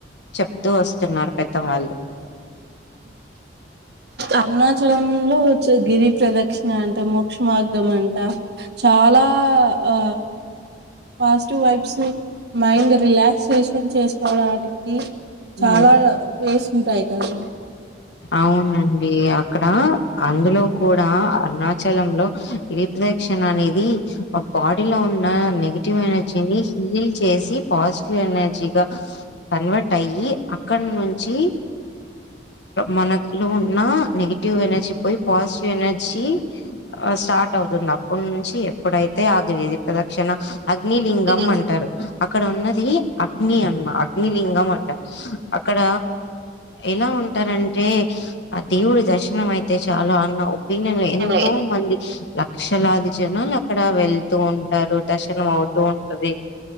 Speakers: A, on the left; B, on the right.
A: చెప్తూ వస్తున్నారు పెద్దవాళ్ళు
B: అరుణాచలంలో గిరి ప్రదక్షిణ అంట మోక్ష మార్గం అంట చాలా ఆ పాజిటివ్ వైబ్స్ మైండ్ రిలాక్సేషన్ చేసుకోవడానికి చాలా
A: ఉ
B: వేసి ఉంటాయి కదా
A: అవును వే అక్కడ అందులో కూడా అరుణాచలం లో గిరి ప్రదక్షిణ అనేది ఒక పొడిలో ఉం నెగిటివ్ ఎనర్జీని హీల్ చేసి పాజిటివ్ ఎనర్జీగా కన్వర్ట్ అయి అక్కడ నుంచి మనలో ఉన్న నెగిటి టివ్ ఎనర్జీ పోయి పాజిటివ్ ఎనర్జీ స్టార్ట్ అవుతుంది అప్పడు నుంచి ఎప్పుడైతే ఆ గిరి ప్రదక్షిణ అగ్ని లింగం
B: ఫీలింగ్
A: అంటారు అక్కడ ఉన్నది అగ్ని అమా అగ్నిలింగం అంటారు అక్కడ ఎలా ఉంటారంటే ఆ దేవుడి దర్శనం అయితే చాలు అన్న ఒపీనియన్ లో ఎంతో
B: లేదు
A: మంది లక్షలాది జనాలు అక్కడ వెళ్తూ ఉంటారు, దర్శనం అవుతూ ఉంటది